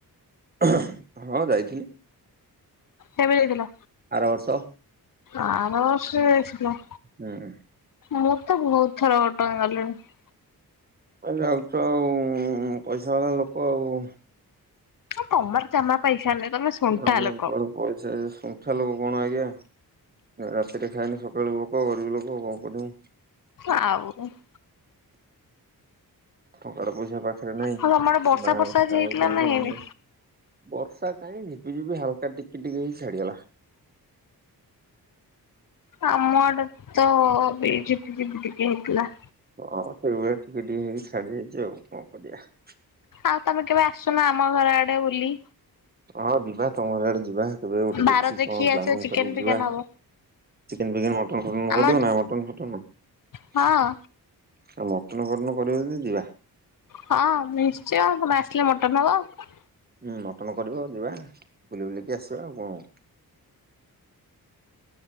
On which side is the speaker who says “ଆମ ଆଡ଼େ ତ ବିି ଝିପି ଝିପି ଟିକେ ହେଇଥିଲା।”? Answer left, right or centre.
Left